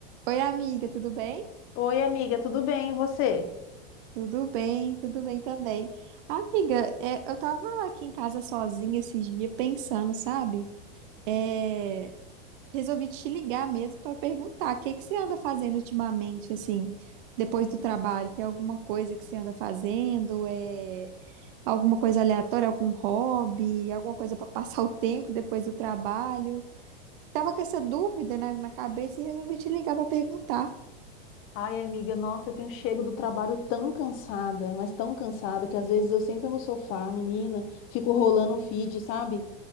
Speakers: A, on the right; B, on the left.
A: Oi, amiga, tudo bem?
B: Oi, amiga, tudo bem? E você?
A: Tudo bem, tudo bem também. Amiga, é, eu tava aqui em casa sozinha esses dias pensando, sabe? É, resolvi te ligar mesmo para perguntar o que que você anda fazendo ultimamente, assim, depois do trabalho. Tem alguma coisa que você anda fazendo? É, alguma coisa aleatória, algum hobby, alguma coisa para passar o tempo depois do trabalho? Tava com essa dúvida na, na cabeça e resolvi te ligar para perguntar.
B: Ai, amiga, nossa, eu tenho chego do trabalho tão cansada, mas tão cansada, que às vezes eu sento no sofá, menina, fico rolando o feed, sabe?